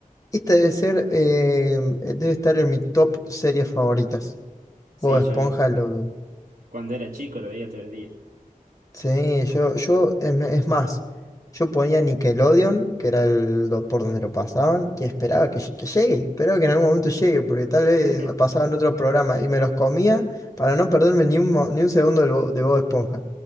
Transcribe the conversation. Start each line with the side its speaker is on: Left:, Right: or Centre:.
Left: esta debe ser, em, eh, debe estar en mi top series favoritas.
Right: Sí,
Left: Bob Esponja
Right: yo
Left: lo...
Right: cuando era chico lo veía todo el día.
Left: Sí, yo, yo, es me- es más, yo ponía Nickelodeon, que era el, do- por donde lo pasaban, y esperaba que, ll- que llegue, esperaba que en algún momento llegue, porque tal vez
Right: <laughs>
Left: lo pasaban otros programas y me los comía para no perderme ni un, mo- ni un segundo del Bo- de Bob Esponja.